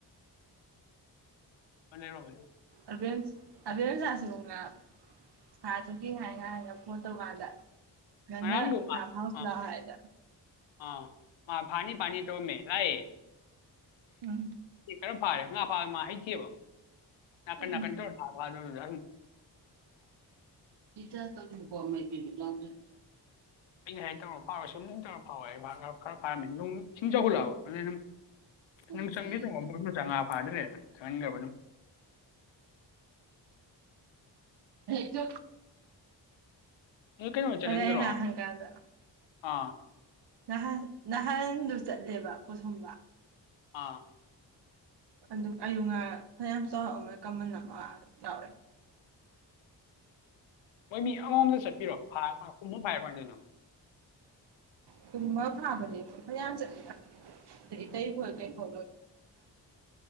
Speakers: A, on the left; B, on the right.
A: ꯃꯂꯔꯣ
B: ꯭ ꯄ꯭ꯔꯣꯕ꯭ꯂꯦꯝ ꯁꯥꯁꯤꯒ ꯁꯥꯁꯨꯒꯦ ꯍꯥꯏꯉꯥꯏ ꯍꯥꯏꯅ ꯐꯣꯟ ꯇꯧꯔꯀꯥꯟꯗ ꯀꯟꯅ
A: ꯉꯔꯥꯡꯗꯣ ꯃꯥ
B: ꯍ
A: ꯑ
B: ꯂꯗ
A: ꯑꯥ ꯃꯥ ꯐꯥꯅꯤ ꯐꯥꯅꯤ ꯇꯧꯔꯝꯃꯦ ꯂꯥꯛꯑꯌꯦ
B: ꯎꯝ
A: ꯈꯔꯝ ꯐꯥꯔꯦ ꯉꯥ ꯐꯥꯕ ꯃꯥ ꯍꯩꯇꯦꯕ ꯅꯥꯀꯟ
B: ꯎꯝ
A: ꯅꯥꯀꯟ ꯇꯧꯔ ꯐꯥꯕꯥꯗꯗꯨ
B: ꯏ ꯆ ꯇ ꯀꯃ ꯄꯅ ꯂꯥꯛꯦ
A: ꯑꯩꯩꯅ ꯉꯁꯥꯏ ꯇꯧꯔꯒ ꯐꯥꯎꯔꯦ ꯁꯨꯝ ꯇꯧꯔ ꯐꯥꯎꯋꯦ ꯑꯩ ꯈꯔ ꯐꯥꯔꯝꯃꯤꯅꯤ ꯅꯅꯨꯡ ꯏꯁꯤꯡ ꯆꯥꯎꯈꯠꯂꯛꯑꯕ ꯑꯗꯨꯅ ꯑꯗꯨꯝ
B: ꯅꯨꯡꯉꯥꯏꯇꯦꯌꯦ.
A: ꯅꯪ ꯆꯪꯒ‌ꯦ ꯆꯪꯉꯛꯑ‌ꯣ <unintelligible> ꯐꯗꯔꯦꯅ ꯆꯪꯝ
B: ꯍꯦꯛꯇꯣ
A: ꯅꯣꯏ ꯀꯩꯅꯣ ꯆꯠꯍꯟꯗ꯭ꯔꯣ
B: ꯑꯗ ꯍꯥꯏ ꯍꯪꯒꯥꯗ
A: ꯑꯥ
B: ꯅꯍꯥꯟ ꯅꯍꯥꯟꯗꯨ ꯆꯠꯂꯦꯕ ꯑꯩꯣ ꯁꯨꯝꯕ
A: ꯑꯥ
B: ꯑꯗꯨ ꯑꯌꯨ ꯉꯥ ꯐꯅꯌꯥꯝ ꯆꯥꯎꯔꯥꯛ ꯀꯃꯜ ꯑꯃ ꯆꯥꯎꯔꯦ
A: ꯃꯣꯏ ꯃꯤ ꯑꯃꯃꯝꯗ ꯆꯠꯄꯤꯔꯣ ꯐꯥꯔ ꯍꯨꯝꯐ ꯐꯥꯏꯔꯀꯥꯟꯗꯣꯏꯅꯣ
B: ꯀꯨꯝꯕ ꯐꯥꯕꯅꯦ ꯐꯌꯥꯝ ꯆꯠꯂꯤꯗ ꯀꯩ ꯐꯦ ꯀꯩ ꯐꯣ